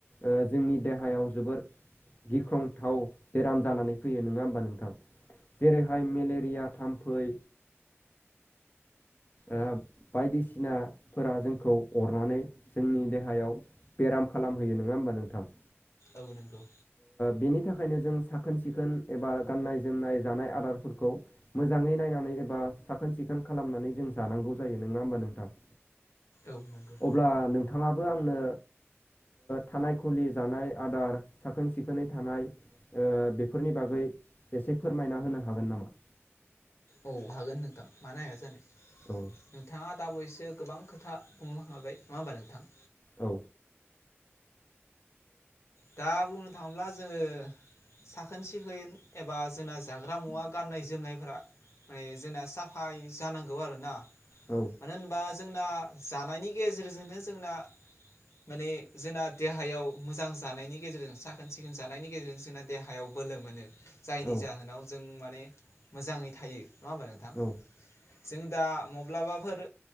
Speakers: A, on the left (about 40°); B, on the left (about 80°).
A: ओ जोंनि देहायाव जोबोर गिख्रं गोथाव बेराम जानानै फैयो नङा होमबा नोंथां? जेरैहाय मेलेरिया थाम्फै ओ बायदिसिनाफोरा जोंखौ अरनानै जोंनि देहायाव बेराम खालामहोयो नङा होमबा नोंथां?
B: औ नंगौ।
A: बेनि थाखायनो जों साखोन-सिखोन एबा गाननाय-जोमनाय जानाय आदारफोरखौ मोजाङै नायनानै एबा साखोन- सिखोन खालामनानै जों जानांगौ जायो नङा होमबा नोंथां।
B: औ नंगौ
A: अब्ला नों थाङाबो आंनो थानाय खुलि जानाय आदार साखोन-सिखोनै थानाय बेफोरनि बागै एसे फोरमायना होनो हागोन नामा?
B: औ हागोन नोंथां मानो हाया जानो।
A: औ
B: नोंथाङा दा बावैसो गोबां खोथा बुंलां खांबाय नङा होमबा नोंथां।
A: औ
B: दा बुंनो थाङोब्ला जोङो साखोन-सिखोन एबा जोंना जाग्रा मुवा गाननाय-जोमनायफोरा माने जोंना साफायै जानांगौ आरोना।
A: औ
B: मानो होनबा जोंना जानायनि गेजेरजोंनो जोंना माने जोंना देहायाव मोजां जानायनि गेजेरजों साखोन-सिखोन जानायनि गेजेरजों जोंना देहायाव बोलो मोनो जायनि
A: औ
B: जाहोनाव जों माने मोजाङै थायो नङा होनबा नोंथां
A: औ
B: जों दा माब्लाबाफोर